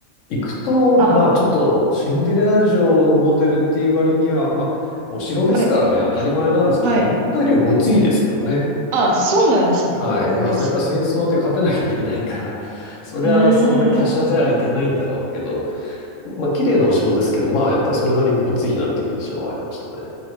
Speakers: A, on the left; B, on the right.
A: 行くと、
B: あー、
A: まあちょっとシンデレラ城のモデルっていう割には、まあお城ですからね、
B: あれ、
A: 当たり前なんですけど、
B: はい。
A: 思ったよりはごついですけどね。
B: あー、そうなんですね。
A: はい。
B: 意外です。
A: まあやっぱり戦争で勝てなきゃいけないから、そりゃそんな華奢じゃいけないんだろうけど、
B: うーん。
A: まあ綺麗なお城ですけど、まあやっぱりそれなりにごついなっていう印象はありましたね。